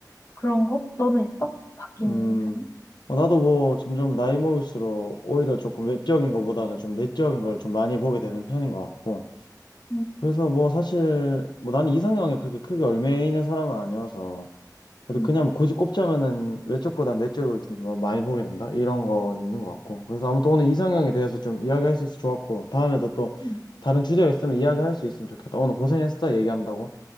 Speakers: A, on the left (about 45°); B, on the left (about 85°).
A: 그런 거? 너는 있어? 바뀐
B: 음,
A: 점이?
B: 어, 나도 뭐 점점 나이 먹을수록 오히려 조금 외적인 것보다는 좀 내적인 걸 좀 많이 보게 되는 편인 것 같고.
A: 음,
B: 그래서 뭐 사실 뭐 나는 이상형에 그렇게 크게 얽매이는 사람은 아니어서. 그래도
A: 음,
B: 그냥 뭐 굳이 꼽자면은 외적보다 내적을 좀 더 많이 보게 된다? 이런 거 있는 것 같고. 그래서 아무튼 오늘 이상형에 대해서 좀 이야기할 수 있어서 좋았고. 다음에도 또
A: 음.
B: 다른 주제가 있으면 이야기할 수 있으면 좋겠다. 오늘 고생했어, 얘기한다고.